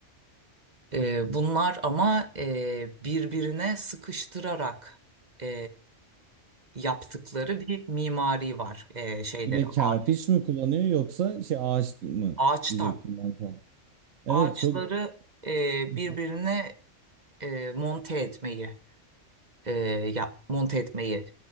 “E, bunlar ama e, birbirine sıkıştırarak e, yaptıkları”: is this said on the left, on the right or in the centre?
Right